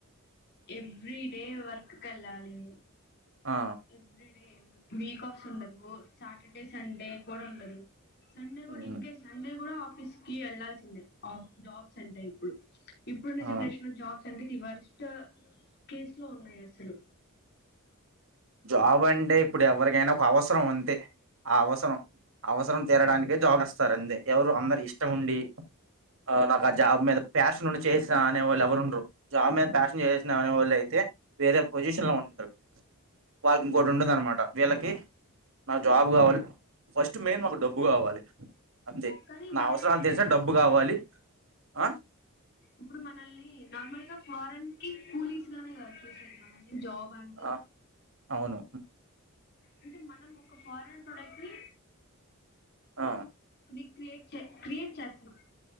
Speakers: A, on the left (about 50°); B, on the right (about 60°).
A: ఎవ్రీ డే వర్క్కి వెళ్ళాలి
B: ఆ
A: ఎవ్రీ డే వీక్ ఆఫ్స్ ఉండదు సాటర్డే సండే కూడా ఉండదు సండే కూడా
B: మ్మ్
A: ఇన్ కేేస్ సండే కూడా ఆఫీస్ కి వెళ్లాాల్సిందే జాబ్స్ అంటే ఇప్పుడు ఇప్పుడున్న
B: ఆ
A: జనరేషన్ లో జాబ్స్ అంట వరిష్ట కేసు లో ఉన్నాయి అసలు
B: జాబ్ అంటే ఇప్పుడు ఎవరికైనా ఒక అవసరం ఉంతే ఆ అవసరం అవసరం తీేరడానికే జాగిస్తారు అే ఎవరు అందరు ఇష్టం ఉండి ఆ ఇ జాబ్ మీద ప్యాషన్ ఉండి చేసిన అనే వాళ్ళు ఎవరు ఉండరు జాబ్ మీద ప్యాషన్ చేసినా అనేవాళ్ళు అయితే వేరే పొజిషన్ లో ఉండారు వాళ్ళకి ఇంకోటి ఉండద అనమాట వీళ్ళకి నా జాబ్ కావాలి ఫస్ట్ మెయిన్ మాకు డబ్బు కావాలి అంతే
A: కానీ
B: నా
A: మనల్ని
B: అవసరాలు
A: ఇప్పుడు
B: తెలిసా డబ్బు
A: ఒక
B: కావాలి ఆ
A: ఇప్పుడు మనల్ని నార్మల్ గా ఫ మనికి పోలీసు గానే కాదు చూసేది మన జాబ్ అంటే
B: ఆ అవును
A: అంటే మనం ఒక ఫారెన్ ప్రోడక్ట్ ని
B: ఆ
A: ర క్రియేట్ క్రియేట్ చేస్తుాం